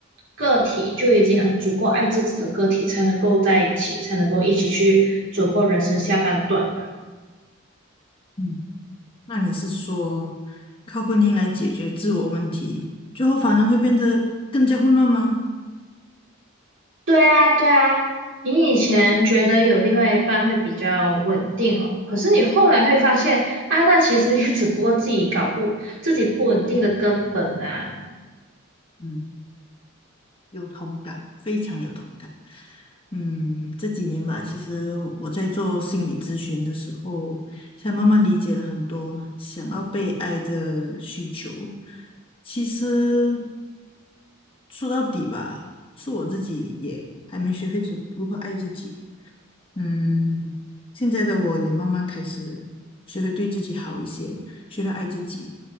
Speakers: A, on the right; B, on the left.
A: 个体就已经很足够爱自己的个体才能够在一起，才能够一起去走过人生下半段吧。
B: 嗯那你是说靠婚姻来解决自我问题，最后反而会变得更加混乱吗？
A: 对啊，对啊，你以前觉得有另外一半会比较稳定哦，可是你后来会发现啊，那其实也只不过自己搞不，自己不稳定的根本啊。
B: 嗯，有同感，非常有同感。嗯，这几年吧，其实我在做心理咨询的时候，才慢慢理解了很多想要被爱的需求。其实说到底吧，是我自己也还没学会怎如何爱自己。嗯，现在的我也慢慢开始学会对自己好一些，学会爱自己。